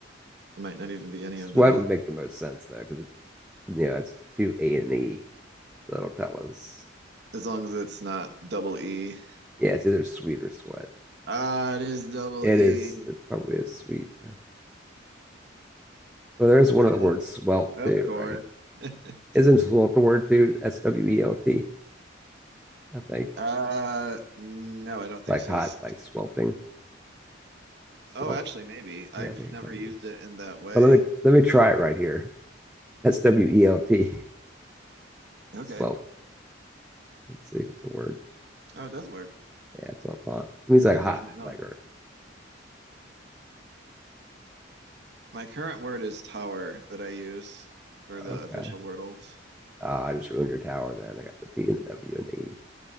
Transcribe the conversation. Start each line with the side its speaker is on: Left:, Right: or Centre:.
Right: it might not even be any
Centre: Sweat
Right: of those.
Centre: would make the most sense though, because you know it's two A and E, so that'll tell us.
Right: As long as it's not double E.
Centre: Yeah, it's either sweet or sweat.
Right: Ah, it is double
Centre: It
Right: E.
Centre: is. It's probably a sweet. yeah. Well, there is one
Right: Yep,
Centre: other word, swelt
Right: of
Centre: too,
Right: course.
Centre: right?
Right: <laughs>
Centre: Isn't swelt a word too? S W E L T. I think it's
Right: Uh, no, I don't think
Centre: like
Right: so.
Centre: hot,
Right: S-
Centre: like swelting. Swelt.
Right: Oh, actually, maybe. I've
Centre: Yeah, I think
Right: never
Centre: it might
Right: used
Centre: be.
Right: it in that way.
Centre: Well, let me let me try it right here. S W E L T.
Right: Okay.
Centre: <laughs> Swelt. Let's see if it's a word.
Right: Oh, it does work.
Centre: Yeah, that's what I thought. It means like
Right: And
Centre: hot,
Right: there's an L.
Centre: like or
Right: My current word is tower that I use for the
Centre: okay.
Right: official Wordles.
Centre: Oh, I just ruined your tower then. I got the T and the W and the E.